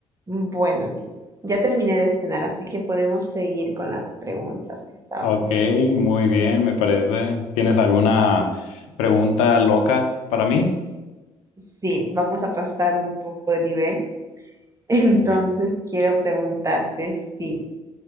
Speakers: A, on the right; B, on the left.
A: Bueno, Diego, ya terminé de cenar, así que podemos seguir con las preguntas que estábamos.
B: Ok, muy bien, me parece. ¿Tienes alguna pregunta loca para mí?
A: Sí, vamos a pasar un poco de nivel. <laughs> Entonces,
B: Uy,
A: quiero preguntarte si